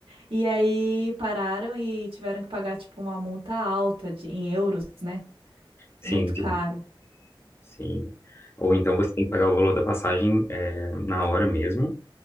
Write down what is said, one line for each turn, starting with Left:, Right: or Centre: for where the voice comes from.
Right: E aí pararam e tiveram que pagar, tipo, uma multa alta de, em euros, né?
Left: Sim,
Right: Muito
Left: sim,
Right: caro.
Left: sim. Ou então você tem que pagar o valor da passagem é, na hora mesmo,